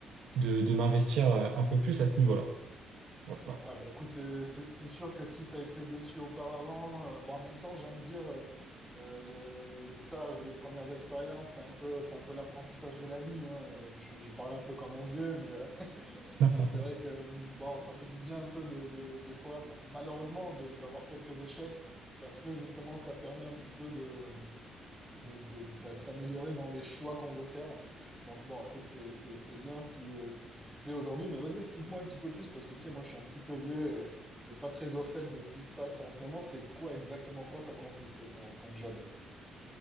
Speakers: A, on the right; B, in the centre.
A: de, de m'investir euh, un peu plus à ce niveau-là. Voilà.
B: Ouais, bah écoute, c'est c'est- c'est sûr que si tu as été déçu auparavant, euh, bon, en même temps, j'ai envie de dire, euh, euh, les, les stages, les premières expériences, c'est un peu, c'est un peu l'apprentissage de la vie. hein. Euh, Je, je parle un peu comme un vieux, mais, euh, <laughs>
A: <laughs>
B: mais c'est vrai que bon, ça fait du bien un peu de, de- des fois, bon, malheureusement, de- d'avoir quelques échecs parce que justement, ça permet un petit peu de, de, de, bah, de s'améliorer dans les choix qu'on veut faire. Donc, bon, écoute, c'est, c'est, c'est bien si, euh, si tu te plais aujourd'hui, mais vas-y, explique-moi un petit peu plus parce que, tu sais, moi, je suis un petit peu vieux et, et pas très au fait de ce qui se passe en ce moment. C'est quoi exactement, en quoi ça consiste ton, ton job?